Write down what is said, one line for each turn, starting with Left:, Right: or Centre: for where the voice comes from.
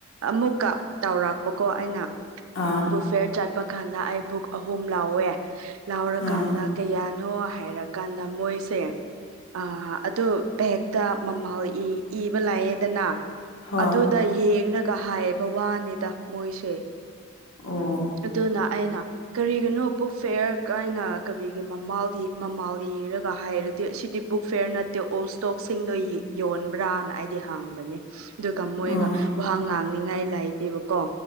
Right: ꯑꯃꯨꯛꯀ ꯇꯧꯔꯥꯛꯄꯀꯣ ꯑꯩꯅ
Left: ꯑꯥ
Right: ꯐꯤꯌꯥꯔ ꯆꯠꯄ ꯀꯥꯟꯗ ꯑꯩ ꯕꯨꯛ ꯑꯍꯨꯝ ꯂꯥꯎꯋꯦ ꯂꯥꯎꯔꯀꯥꯟꯗ
Left: ꯑꯥ
Right: ꯀꯌꯥꯅꯣ ꯍꯥꯏꯔꯀꯥꯟꯗ ꯃꯣꯏꯁꯦ ꯑꯥ ꯑꯗꯨ ꯕꯦꯛꯇ ꯃꯃꯥꯜ ꯏꯕ ꯂꯩꯑꯦꯗꯅ
Left: ꯍꯣꯏ
Right: ꯑꯗꯨꯗ ꯌꯦꯡꯂꯒ ꯍꯥꯏꯌꯦꯕ ꯋꯥꯅꯤꯗ ꯃꯣꯏꯁꯦ
Left: ꯑꯣ
Right: ꯑꯗꯨꯅ ꯑꯩꯅ ꯀꯔꯤꯒꯤꯅꯣ ꯕꯨꯛ ꯐꯦꯌꯥꯔ ꯀꯥꯏꯅ ꯀꯔꯤꯒꯤ ꯃꯃꯥꯜ ꯃꯃꯥꯜ ꯢꯔꯒ ꯍꯥꯏꯔ ꯁꯤꯗꯤ ꯕꯨꯛ ꯐꯤꯌꯥꯔ ꯅꯠꯇꯦ ꯑꯣꯜ ꯏꯁꯇꯣꯛꯁꯤꯡꯗꯣ ꯌꯣꯟꯕ꯭ꯔꯥꯅ ꯑꯩꯗꯤ ꯍꯥꯡꯕꯅꯦ ꯑꯗꯨꯒ ꯃꯣꯏꯒ
Left: ꯑꯥ
Right: ꯋꯥ ꯉꯥꯡꯅꯤꯉꯥꯏ ꯂꯩꯥꯏꯇꯦꯕꯀꯣ